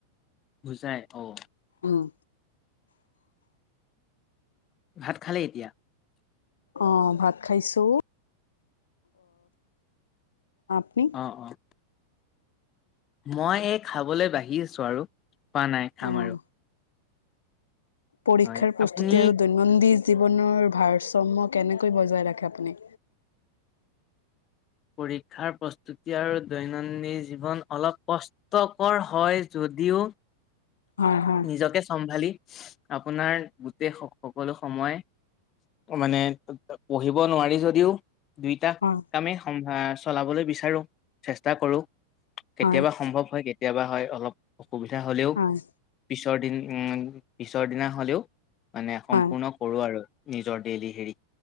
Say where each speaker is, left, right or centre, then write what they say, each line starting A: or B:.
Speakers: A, on the left; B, on the left.
A: হোজাই অঁ',।
B: উমঁ।
A: ভাত খালি এতিয়া?
B: অঁ' ভাত খাইছো। আপুনি?
A: অঁহ। মই এই খাবলৈ বাঢ়ি আছো আৰু খোৱা নাই খাম
B: অঁ
A: আৰু।
B: পৰীক্ষাৰ
A: হয়
B: প্ৰস্তুতি
A: আপুনি
B: আৰু দৈনন্দিন জীৱনৰ ভাৰসাম্য কেনেকৈ বজাই ৰাখে আপুনি?
A: পৰীক্ষাৰ প্ৰস্তুতি আৰু দৈনন্দিন জীৱন অলপ- কষ্টকৰ হয় যদিও
B: হয় হয়
A: নিজকে চম্ভালি- আপোনাৰ গোটেই সকলো সময়- মানে পঢ়িব নোৱাৰি যদিও- দুইটা
B: হয়
A: কামেই সম্ভা চলাবলৈ বিচাৰো চেষ্টা কৰো। কেতিয়াবা
B: হয়
A: সম্ভৱ হয়, কেতিয়াবা হয়, অলপ অসুবিধা হ'লেও-
B: হয়
A: পিছৰ দিন উম' পিছৰ দিনা হ'লেও মানে সম্পূৰ্ণ-
B: হয়
A: কৰোঁ আৰু নিজৰ দেলহি হেৰি